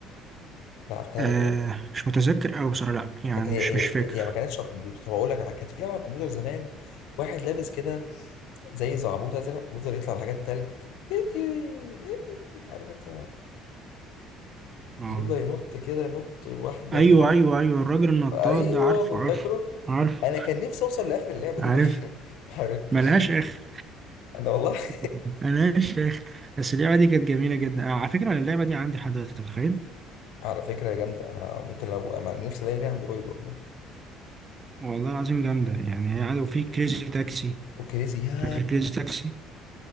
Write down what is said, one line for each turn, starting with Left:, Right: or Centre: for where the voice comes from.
Left: لعبتها
Right: آه
Left: قبل كده
Right: مش متذكر قوي بصراحه لا يعني
Left: كانت هي
Right: مش مش
Left: هي
Right: فاكر
Left: هي ما كانتش على الكمبيوتر طب اقول لك على- كانت في لعبه على الكمبيوتر زمان واحد لابس كده زي زعبوط ازرق ويفضل يطلع لحاجات تلج <laughs> عارف انت
Right: اه
Left: يفضل ينط كده نط واحده
Right: ايوه
Left: في واحده
Right: ايوه ايوه الراجل النطاط
Left: ايوه
Right: ده عارفه
Left: بتفكره
Right: عارفه عارفه
Left: انا كان نفسي اوصل لاخر اللعبه
Right: عارف
Left: دي ما <laughs> ما عرفتش
Right: ملهاش اخر
Left: انا والله <laughs>
Right: <laughs> ملهاش اخر بس اللعبه دي كانت جميله جدا آه، على فكره اللعبه دي عندي لحد دلوقتي انت متخيل
Left: على فكره يا جامده انا ممكن لو انا نفسي الاقي ليها اندرويد والله
Right: والله العظيم جامده يعني هي عندي وفي كريزي تاكسي
Left: وكريزي يا
Right: فاكر كريزي تاكسي